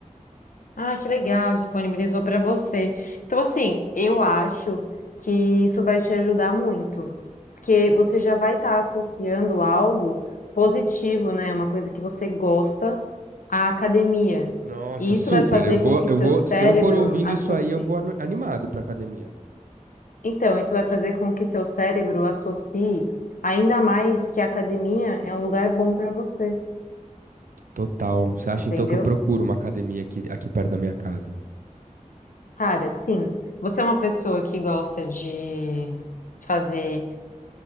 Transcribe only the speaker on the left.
Ah, que legal, disponibilizou para você. Então, assim, eu acho que isso vai te ajudar muito, porque você já vai estar associando algo positivo, né? Uma coisa que você gosta à academia.
E
isso vai fazer
com que
seu
cérebro
associe.
Então, isso vai fazer com que seu cérebro associe ainda mais que a academia é um lugar bom para você,
entendeu?
Cara, sim, você é uma pessoa que gosta de fazer